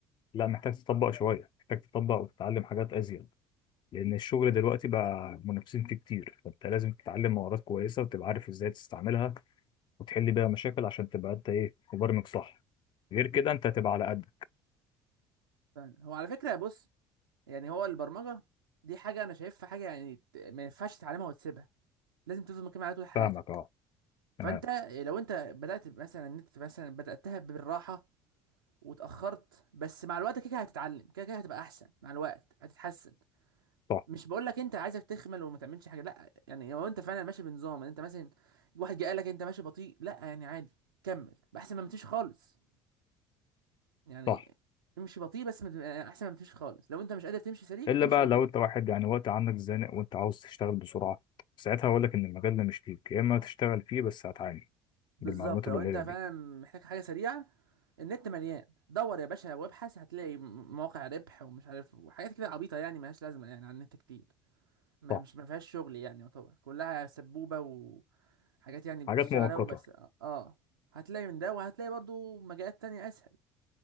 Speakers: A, on the left; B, on the right.
A: لا محتاج تطبق شوية محتاج تطبق وتتعلم حاجات ازيد لان الشغل دلوقتي بقى منافسين فيه كتير فانت لازم تتعلم مهارات كويسة وتبقى عارف ازاي تستعملها وتحل بيها مشاكل عشان تبقى انت ايه مبرمج صح غير كده انت هتبقى على قدك
B: فعلا. هو على فكره بص يعني هو البرمجة دي حاجة أنا شايفها حاجة يعني ت- ما ينفعش تتعلمها وتسيبها لازم تفضل مكمل عليها طول حياتك
A: فاهمك اه تمام
B: فأنت لو أنت بدأت مثلا إن أنت مثلا بدأتها بالراحة وتأخرت بس مع الوقت كده كده هتتعلم كده كده هتبقى أحسن مع الوقت هتتحسن
A: صح
B: مش بقول لك أنت عايزك تخمل وما تعملش حاجة لا يعني لو أنت فعلا ماشي بنظام أنت مثلا واحد جه قال لك أنت ماشي بطيء لا يعني عادي كمل أحسن ما متمشيش خالص يعني
A: صح
B: امشي بطيء بس ما تبقى- أحسن ما متمشيش خالص لو أنت مش قادر تمشي سريع
A: الا
B: امشي
A: بقى
B: بطيء
A: لو انت واحد يعني وقت عندك زنق وانت عاوز تشتغل بسرعه ساعتها هقول لك ان المجال ده مش ليك يا اما تشتغل فيه بس هتعاني
B: بالظبط
A: بالمعلومات
B: لو
A: القليله
B: انت فعلا
A: دي
B: محتاج حاجه سريعه النت مليان دور يا باشا وابحث هتلاقي م- مواقع ربح ومش عارف وحاجات كده عبيطه يعني ملهاش لازمه يعني على النت كتير ما
A: صح
B: مش ما فيهاش شغل يعني يعتبر كلها سبوبه وحاجات يعني بتشتغل
A: حاجات مؤقته
B: عليها ربع ساعه اه هتلاقي من ده وهتلاقي برضو مجالات تانية اسهل